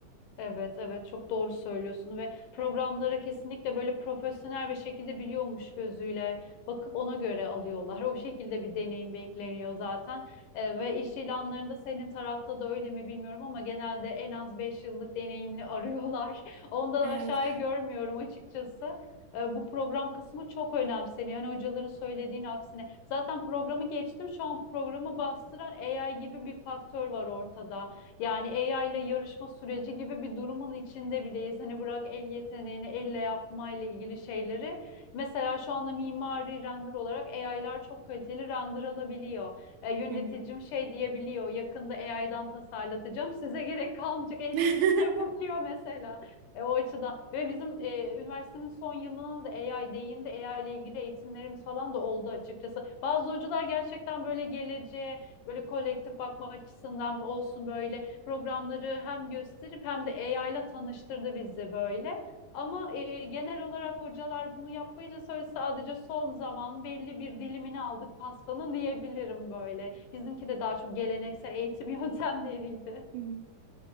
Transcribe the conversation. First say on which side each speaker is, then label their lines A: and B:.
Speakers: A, on the left; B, on the right.
A: Evet, evet çok doğru söylüyorsun ve programlara kesinlikle böyle profesyonel bir şekilde biliyormuş gözüyle bakıp ona göre alıyorlar. <laughs> O şekilde bir deneyim bekleniyor zaten. Ee, ve iş ilanlarında senin tarafta da öyle mi bilmiyorum ama genelde en az 5 yıllık deneyimli arıyorlar. <laughs> Ondan
B: Evet.
A: aşağıyı görmüyorum açıkçası. Ee, bu program kısmı çok önemseniyor. Hani hocaların söylediğin aksine. Zaten programı geçtim. Şu an programı bastıran AI gibi bir faktör var ortada. Yani AI ile yarışma süreci gibi bir durumun içinde bileyiz. Hani bırak el yeteneğini, elle yapmayla ilgili şeyleri. Mesela şu anda mimari render olarak AI'lar çok kaliteli render alabiliyor. E, yöneticim
B: Hı hı.
A: şey diyebiliyor, yakında AI'dan tasarlatacağım, size gerek kalmayacak esprisi
B: <laughs>
A: yapabiliyor mesela. E, o açıdan ve bizim e, üniversitenin son yılına da AI değindi. AI ile ilgili eğitimlerimiz falan da oldu açıkçası. Bazı hocalar gerçekten böyle geleceğe, böyle kolektif bakma açısından olsun böyle programları hem gösterip hem de AI ile tanıştırdı bizi böyle. Ama e, genel olarak hocalar bunu yapmayınca sonra sadece son zaman belli bir dilimini aldık pastanın diyebilirim böyle. Bizimki de daha çok geleneksel eğitim <laughs> yöntemleriydi.
B: Hı hı.